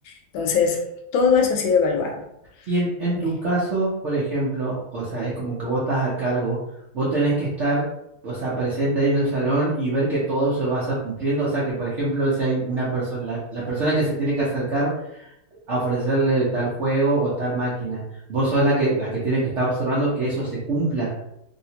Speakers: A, on the left; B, on the right.
A: Entonces, todo eso ha sido evaluado.
B: Y en, en
A: Eh,
B: tu caso, por ejemplo, o sea, es como que vos estás a cargo, vos tenés que estar, o sea, presente ahí en el salón y ver que todo se va cumpliendo, o sea, que por ejemplo, si hay una persona, la, la persona que se tiene que acercar a ofrecerle tal juego o tal máquina, vos sos la que, la que tiene que estar observando que eso se cumpla